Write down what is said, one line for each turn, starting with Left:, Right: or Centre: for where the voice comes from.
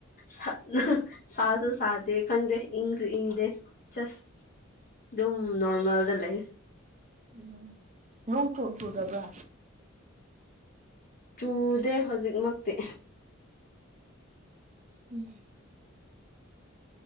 Left: <inaudible> <unintelligible> ꯁꯥꯁꯨ ꯁꯥꯗꯦ ꯈꯪꯗꯦ ꯏꯪꯁꯨ ꯏꯪꯗꯦ ꯆꯠꯁ ꯑꯗꯨꯝ ꯅꯣꯔꯃꯦꯜꯗ ꯂꯩ
Right: ꯎꯝ ꯅꯣꯡ ꯆꯣꯡ ꯆꯨꯗꯕ꯭ꯔ
Left: ꯆꯨꯗꯦ ꯍꯧꯖꯤꯛꯃꯛꯇꯤ
Right: ꯎꯝ